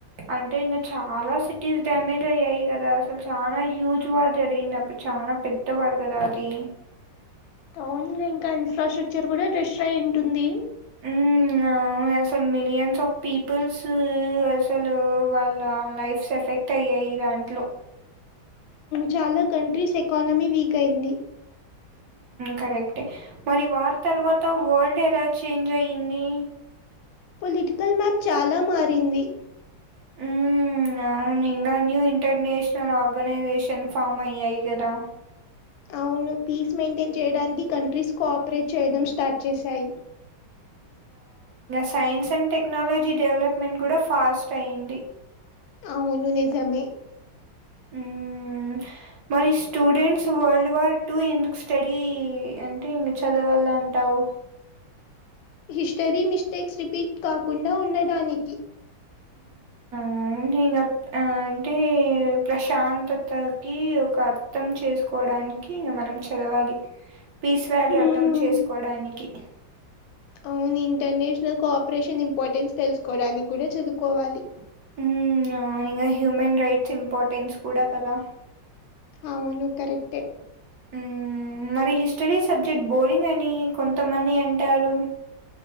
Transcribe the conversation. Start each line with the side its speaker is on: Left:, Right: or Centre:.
Right: అంటే ఇన్న చాలా సిటీస్ డ్యామేజ్ అయ్యాయి కదా అసలు చాలా హ్యూజ్ వార్ జరిగింది ఇప్పుడు చాలా పెద్దవారు కదా అది
Left: అవున్ ఇంకా ఇన్ఫ్రాస్ట్రక్చర్ కూడా డెస్ట్రా అయి ఉంటుంది
Right: హ్మ్. అవును. అసలు మిలియన్స్ ఆఫ్ పీపుల్స్ అసలు వాళ్ళ లైఫ్స్ ఎఫెక్ట్ అయ్యాయి దాంట్లో
Left: చాలా కంట్రీస్ ఎకానమీ వీక్ అయింది
Right: కరెక్ట్ే మరి వార్ తర్వాత వరల్డ్ ఎలా చేంజ్ అయ్యంది
Left: పొలిటికల్ మ్యాప్ చాలా మారింది
Right: హ్మ్. అవును ఇంకా న్యూ ఇంటర్నేషనల్ ఆర్గనైజేషన్ ఫామ్ అయ్యాయి కదా
Left: అవును పీస్ మెయింటైన్ చేయడానికి కంట్రీస్ కోఆపరేట్ చేయడం స్టార్ట్ చేశాయి
Right: science and tech technology development కూడా ఫాస్ట్ అయ్యంది
Left: అవును నిజమే
Right: ఉమ్మ్మ్మ్ మరి స్టూడెంట్స్ వరల్డ్ వార్ టూ ఎందుకు స్టడీ అంటే ఇంక చదవాల అంటావు
Left: హిస్టరీ మిస్టేక్స్ రిపీట్ కాకుండా ఉండడానికి
Right: అవు ఇంకా అంటే ప్రశాంతతకి ఒక అర్థం చేసుకోవడానికి కి మనం చదవాలి పీస్ వాల్యూ
Left: హ్మ్
Right: అర్థం చేసుకోడానికి
Left: అవును ఇంటర్నేషనల్ కోఆపరేషన్ ఇంపార్టెన్స్ తెలుసుకోవడానికి కూడా చదువుకోవాలి
Right: ఉ ఇంగ హ్యూమన్ రైట్స్ ఇంపార్టెన్స్ కూడా కదా
Left: అవును కరెక్టే
Right: హ్మ్ మరి హిస్టరీ సబ్జెక్ట్ బోరింగ్ అని కొంతమంది అంటారు